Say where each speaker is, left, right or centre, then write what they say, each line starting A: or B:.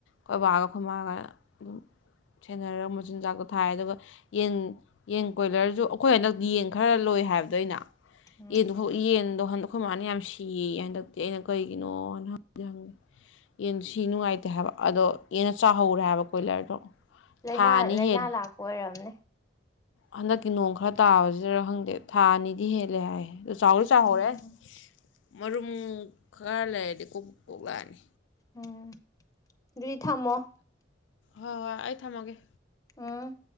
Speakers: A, on the left; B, on the left.
A: ꯀꯣꯏꯕꯒ ꯈꯨꯃꯒ ꯑꯗꯨꯝ ꯁꯦꯟꯅꯔꯒ ꯃꯆꯤꯟꯖꯥꯛꯇꯣ ꯊꯥꯏ ꯑꯗꯨꯒ ꯌꯦꯟ ꯌꯦꯟ ꯀꯣꯏꯂꯔꯁꯨ ꯑꯩꯈꯣꯏ ꯍꯟꯗꯛ ꯌꯦꯟ ꯈꯔ ꯂꯣꯏ ꯍꯥꯏꯕꯗꯩꯅ
B: ꯎꯝ
A: ꯌꯦꯟꯗꯨ ꯌꯦꯟꯗꯣ ꯍꯟꯗꯛ ꯑꯩꯈꯣꯏ ꯃꯥꯅ ꯌꯥꯝ ꯁꯤꯌꯦ ꯍꯟꯗꯛꯇꯤ ꯑꯩꯅ ꯀꯩꯒꯤꯅꯣꯅ ꯍꯪꯗꯤꯦ ꯍꯪꯉꯦ ꯌꯦꯟ ꯁꯤ ꯅꯨꯡꯉꯥꯏꯇꯦ ꯍꯥꯏꯕ ꯑꯗꯣ ꯌꯦꯟꯅ ꯆꯥꯍꯧꯔꯦ ꯍꯥꯏꯕ ꯀꯣꯏꯂꯔꯗꯣ
B: ꯂꯥꯏꯅꯥ
A: ꯊꯥ ꯑꯅꯤ
B: ꯂꯥꯏꯅꯥ
A: ꯍꯦꯜꯂꯦ
B: ꯂꯥꯛꯄ ꯑꯣꯏꯔꯝꯅꯦ
A: ꯍꯟꯗꯛꯀꯤ ꯅꯣꯡ ꯈꯔ ꯇꯥꯕꯁꯤꯗꯔ ꯈꯪꯗꯦ ꯊꯥ ꯑꯅꯤꯗꯤ ꯍꯦꯜꯂꯦ ꯍꯥꯏ ꯆꯥꯎꯁꯨ ꯆꯥꯎꯍꯧꯔꯦ
B: ꯎꯝ
A: ꯃꯔꯨꯝ ꯈꯔ ꯂꯩꯔꯗꯤ ꯀꯣꯛ ꯀꯣꯛꯂꯛꯑꯅꯤ
B: ꯎꯝ ꯑꯗꯨꯗꯤ ꯊꯝꯃꯣ
A: ꯍꯣꯏ ꯍꯣꯏ ꯑꯩ ꯊꯝꯃꯒꯦ
B: ꯎꯝ